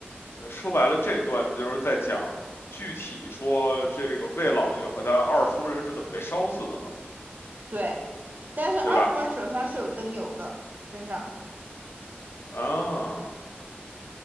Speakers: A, on the left (about 75°); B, on the right (about 45°).
A: 呃说白了，这段就是在讲具体说这个魏老爷和他二夫人是怎么被烧死的嘛，
B: 对，但是二夫人手上是有灯油的，
A: 对吧？
B: 身上，
A: 啊，